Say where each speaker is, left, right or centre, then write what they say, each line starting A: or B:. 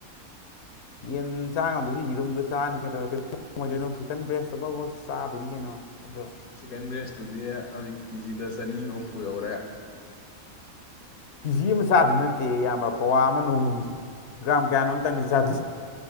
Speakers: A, on the left (about 60°); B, on the left (about 80°).
A: ꯌꯦꯟ ꯆꯥ ꯉꯝꯗꯔꯁꯨ ꯌꯦꯔꯨꯝꯗꯣ ꯆꯥꯅꯤ ꯀꯩꯗꯧꯔꯒꯦ ꯕꯣꯏꯂꯦꯔꯣ ꯆꯤꯀꯟ ꯕ꯭ꯔꯦꯁꯇꯣ ꯐꯥꯎ ꯕꯥꯎ ꯆꯥꯗꯣꯏꯅꯤ ꯀꯩꯅꯣ꯫ ꯑꯗꯣ
B: ꯆꯤꯀꯟ ꯕ꯭ꯔꯦꯁ ꯇꯨꯗꯤ ꯍꯧꯖꯤꯛ ꯀꯦꯖꯤꯗ ꯆꯅꯤꯒ ꯍꯨꯝꯐꯨ ꯌꯧꯔꯦ꯫
A: ꯀꯦꯖꯤ ꯑꯃ ꯆꯥꯗꯨ ꯅꯠꯇꯦ꯫ ꯇꯦ ꯏꯌꯥꯝꯕ ꯄꯋꯥ ꯑꯃ ꯅꯣꯡꯃꯒꯤ ꯒ꯭ꯔꯥꯝ ꯀꯌꯥꯅꯣꯝ ꯇꯡꯅꯤ ꯆꯥꯗꯣꯁꯦ